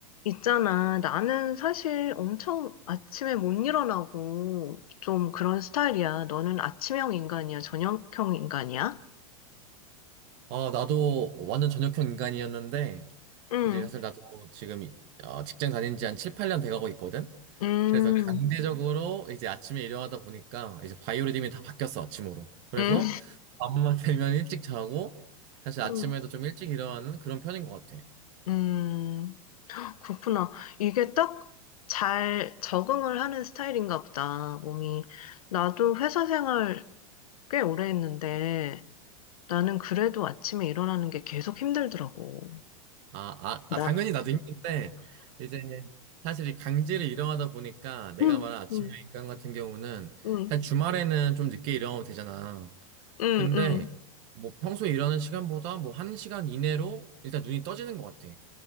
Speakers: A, on the left; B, on the right.
A: 있잖아. 나는 사실 엄청 아침에 못 일어나고 좀 그런 스타일이야. 너는 아침형 인간이야? 저녁형 인간이야?
B: 어 나도 완전 전역형 인간이었는데,
A: 응,
B: 이제 사실 나도 지금 이- 어, 직장 다닌 지 한 7, 8년 돼가고 있거든?
A: 음,
B: 그래서 강제적으로 이제 아침에 일어나다 보니까 이제 바이오리듬이 다 바뀌었어, 아침으로. 그래서
A: 음,
B: 밤만 <laughs> 되면 일찍 자고, 사실 아침에도
A: 음,
B: 좀 일찍 일어나는 그런 편인 것 같아.
A: 음. 그렇구나. 이게 딱 잘 적응을 하는 스타일인가 보다, 몸이. 나도 회사 생활 꽤 오래 했는데 나는 그래도 아침에 일어나는 게 계속 힘들더라고.
B: 아, 아,
A: 나,
B: 아, 당연히 나도 힘든데, 이제 사실 이 강제로 일어나다 보니까 내가
A: 응,
B: 말한 아침형
A: 응,
B: 인간 같은 경우는
A: 응,
B: 사실 주말에는 좀 늦게 일어나면 되잖아.
A: 응,
B: 근데
A: 응,
B: 뭐 평소에 일하는 시간보다 뭐 한시간 이내로 일단 눈이 떠지는 것 같아.